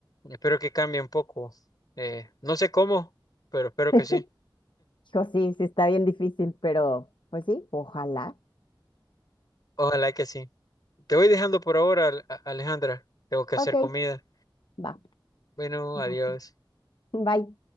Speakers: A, on the left; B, on the left.
A: espero que cambie un poco. Eh, no sé cómo, pero espero
B: <laughs>
A: que sí.
B: Hijo, sí, sí está bien difícil, pero pues sí, ojalá.
A: Ojalá que sí. Te voy dejando por ahora, Al- Alejandra. Tengo que hacer
B: Ok,
A: comida.
B: va.
A: Bueno, adiós.
B: Va. Bye.